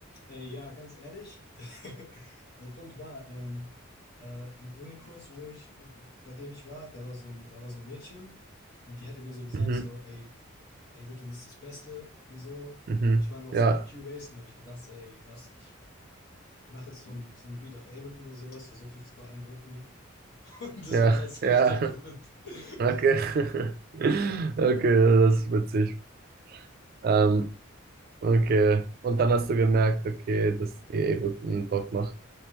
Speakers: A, on the left; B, on the right.
A: Äh, ja, ganz ehrlich, <laughs> der Grund war, ähm, äh, ein Unikurs, wo ich, bei dem ich war, da war so ein, da war so ein Mädchen und die hat immer so gesagt,
B: Mhm,
A: so, ey, Ableton ist das Beste und so.
B: mhm.
A: Ich war noch
B: Ja,
A: so auf Cubase und habe ich gedacht, so, ey, was, ich mache jetzt so ein, so ein Beat auf Ableton oder sowas, versuche die zu beeindrucken. <laughs> Und das
B: ja,
A: war letztendlich
B: ja.
A: der Grund.
B: <laughs>
A: <laughs>
B: Okay. <laughs> Okay, das ist witzig. Ähm, Okay. Und dann hast du gemerkt, okay, dass die eh guten Bock macht.